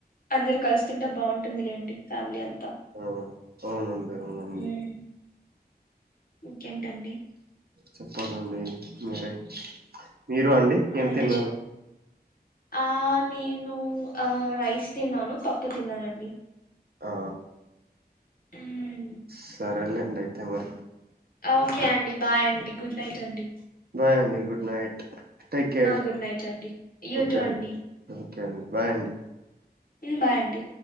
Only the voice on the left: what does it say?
అందరు కలుసి తింటే బాగుంటుందిలేండి ఫ్యామిలీ అంత
మ్మ్, ఇంకేంటండి
ఆ,
ఇంకా
చె ఆ నేను ఆ రైస్ తిన్నాను పప్పు తిన్నాను అండి
ఉ
ఓకే అండి బాయ్ అండి గుడ్ నైట్ అండి
good night అండి యూ
టూ
అండి
ఊ బాయ్ అండి